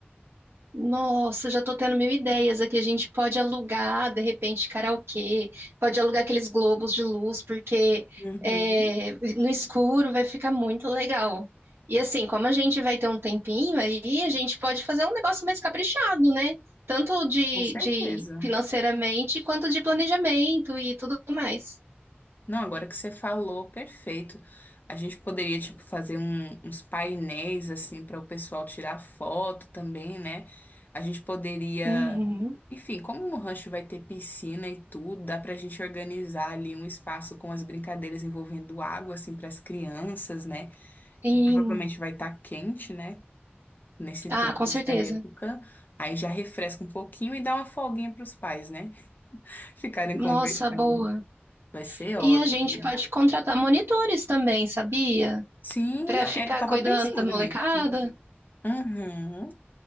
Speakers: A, on the right (about 75°); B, on the left (about 50°).
A: Nossa, já tô tendo mil ideias aqui. A gente pode alugar, de repente, karaokê, pode alugar aqueles globos de luz, porque
B: Uhum,
A: é, no escuro vai ficar muito legal. E assim, como a gente vai ter um tempinho aí, a gente pode fazer um negócio mais caprichado, né? Tanto de,
B: com certeza.
A: de financeiramente quanto de planejamento e tudo mais.
B: Não, agora que você falou, perfeito. A gente poderia, tipo, fazer um- uns painéis, assim, para o pessoal tirar foto também, né? A gente poderia.
A: Uhum,
B: Enfim, como o rancho vai ter piscina e tudo, dá pra gente organizar ali um espaço com as brincadeiras envolvendo água, assim, para as crianças, né?
A: sim.
B: que provavelmente vai estar quente, né? Nesse
A: Ah,
B: tempo,
A: com certeza.
B: nessa época. Aí já refresca um pouquinho e dá uma folguinha para os pais, né? <laughs> Ficarem
A: Nossa,
B: conversando.
A: boa.
B: Vai ser ótimo.
A: E a gente pode contratar monitores também, sabia?
B: Sim,
A: para ficar
B: ele estava
A: cuidando
B: pensando
A: da molecada?
B: nisso. Uhum,